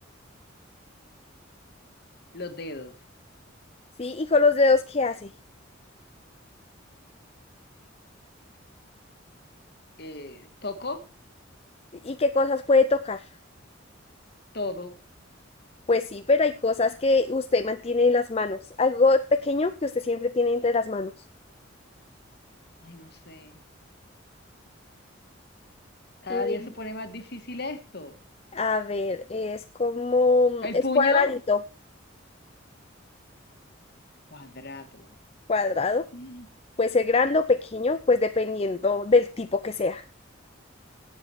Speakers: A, on the left; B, on the left.
A: Los dedos.
B: ¿sí? Y con los dedos, ¿qué hace?
A: Eh, ¿toco?
B: ¿Y qué cosas puede tocar?
A: Todo.
B: Pues sí, pero hay cosas que usted mantiene en las manos, algo pequeño que usted siempre tiene entre las manos.
A: Ay, no sé. Cada
B: Mm,
A: día se pone más difícil esto.
B: a ver, es como, mm,
A: ¿El
B: es
A: puño?
B: cuadradito,
A: Cuadrado.
B: cuadrado,
A: <gasps> Mm,
B: puede ser grande o pequeño, pues dependiendo del tipo que sea.